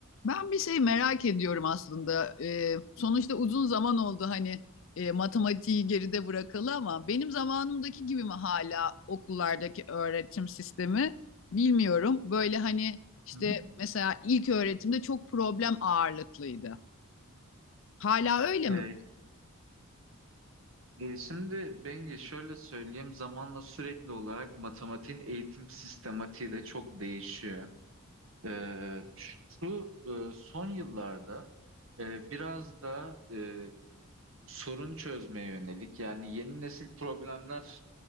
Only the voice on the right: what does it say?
Hı hı.
E,
e, şimdi Bengi şöyle söyleyeyim zamanla sürekli olarak matematiğin eğitim sistematiği de çok değişiyor. E, şu e, son yıllarda Ee, biraz da e, sorun çözmeye yönelik yani yeni nesil problemler